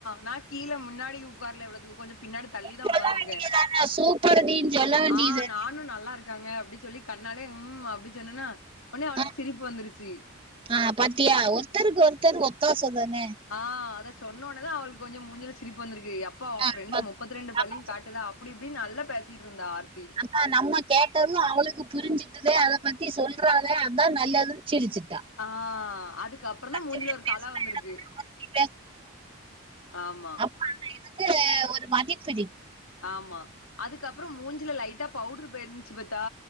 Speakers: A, on the left (about 75°); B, on the right (about 25°).
A: நா கீழ முன்னாடி உக்கார்ல இவ்ளோதுக்கு கொஞ்சோ பின்னாடி தள்ளிதா
B: சொல்ல
A: உக்காந்துருக்கே
B: வேண்டியதானே சூப்பர் டீன்னு சொல்ல வேண்டியது
A: ஆ நானு நல்லாருக்காங்க அப்டி சொல்லி கண்ணாலே ம் அப்படி சொன்னனா உடனே அவளுக்கு
B: ஆ,
A: சிரிப்பு வந்ருச்சு
B: ஆ பாத்தியா ஒருத்தருக்கு ஒருத்தர் ஒத்தாச தான
A: ஆ அத சொன்னோன்ன தா அவளுக்கு கொஞ்சோ மூஞ்சுல சிரிப்பு வந்ருக்கு அப்ப ஓ
B: ஆ,
A: ஃப்ரெண்டு
B: பாத்து.
A: முப்பத்த ரெண்டு பல்லயு
B: நம்ம
A: காட்டுதா அப்டி இப்டினு நல்லா பேசிட்டுந்தா ஆர்த்தி
B: ஆ நம்ம கேட்டது அவளுக்கு புரிஞ்சுட்டுதே அத பத்தி சொல்றாலே அதா நல்லதுன் சிரிச்சுட்டா
A: ஆ அதுக்கப்றோ
B: பத்து
A: தா மூஞ்சில
B: பேர்
A: ஒரு
B: பேசுனா
A: கல வந்ருக்கு
B: எனக்கு ஒரு வார்த்தை
A: ஆமா
B: அது எனக்கு ஒரு மதிப்புடி
A: ஆமா அதுக்கப்றோ மூஞ்சில லைட்டா பவுடரு போய்ருந்துச்சு பெத்தா